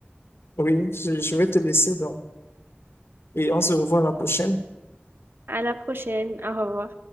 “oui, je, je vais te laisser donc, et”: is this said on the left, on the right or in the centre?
Left